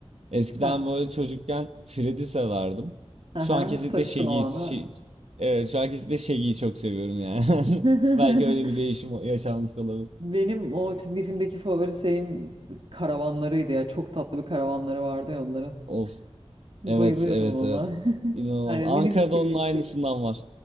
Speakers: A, on the right; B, on the right.
A: Eskiden
B: Ha,
A: böyle çocukken Freddy severdim.
B: aha,
A: Şu an kesinlikle
B: sarışın
A: Shaggy,
B: olan
A: şey,
B: değil mi?
A: evet, şu an kesinlikle Shaggy'yi çok seviyorum yani.
B: <laughs>
A: <laughs> Belki öyle bir değişim yaşanmış olabilir.
B: Benim o çizgi filmdeki favori şeyim karavanlarıydı ya. Çok tatlı bir karavanları vardı ya onların.
A: Of,
B: Bayılıyordum
A: evet, evet,
B: ona.
A: evet.
B: <laughs>
A: İnanılmaz.
B: Yani
A: Ankara'da
B: minibüs gibi
A: onun
B: bir
A: aynısından
B: şeydi.
A: var.